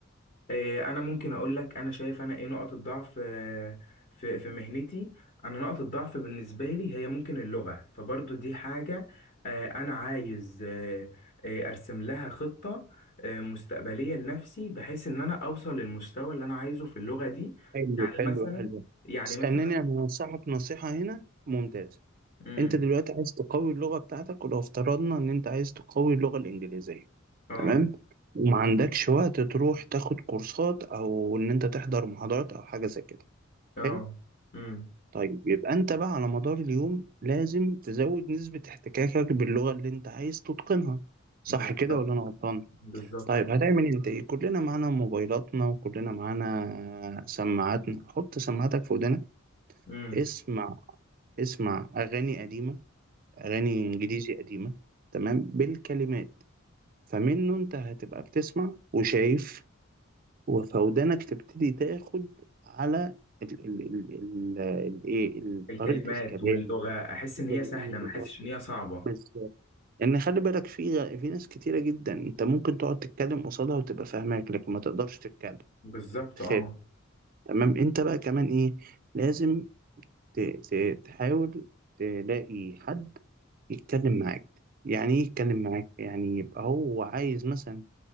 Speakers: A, on the left; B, on the right.
A: إيه، انا ممكن اقول لك انا شايف انا ايه نقط الضعف آه، في في مهنتي انا نقط الضعف بالنسبه لي هي ممكن اللغه فبرضو دي حاجه آه، انا عايز آه، آه، ارسم لها خطه آه، مستقبليه لنفسي بحيث ان انا اوصل للمستوى اللي انا عايزه في اللغه دي
B: حلو
A: يعني
B: حلو
A: مثلا
B: حلو
A: يعني
B: استناني
A: مثلا
B: انا هنصحك نصيحة هنا ممتازة
A: امم
B: انت دلوقتي عايز تقوي اللغة بتاعتك ولو افترضنا ان انت عايز تقوي اللغة الانجليزية
A: اه
B: تمام وما عندكش وقت تروح تاخد كورسات او ان انت تحضر محاضرات او حاجة زي كده
A: اه
B: حلو
A: امم
B: طيب يبقى انت بقى على مدار اليوم لازم تزود نسبة احتكاكك باللغة اللي انت عايز تتقنها صح
A: بالظبط
B: كده ولا انا غلطان
A: بالظبط
B: طيب هتعمل انت ايه كلنا معانا موبايلاتنا وكلنا معانا سماعاتنا حط سماعاتك في ودنك
A: امم
B: اسمع اسمع اغاني قديمة أغاني إنجليزي قديمة تمام بالكلمات فمنه أنت هتبقى بتسمع وشايف وفودانك تبتدي تاخد على ال ال ال ال ال إيه ال-
A: الكلمات
B: طريقة الكلام
A: واللغه احس
B: الكلمات
A: ان هي سهله ما
B: وتقعد
A: احسش ان
B: تسمع.
A: هي صعبه
B: بس ان خلي بالك في غ- في ناس كتيره جدا انت ممكن تقعد تتكلم قصادها وتبقى فاهماك لكن ما تقدرش تتكلم
A: بالظبط
B: تخاف
A: اه
B: تمام انت بقى كمان ايه لازم ت- ت- تحاول تلاقي حد يتكلم معاك يعني ايه يتكلم معاك يعني يبقى هو عايز مثلا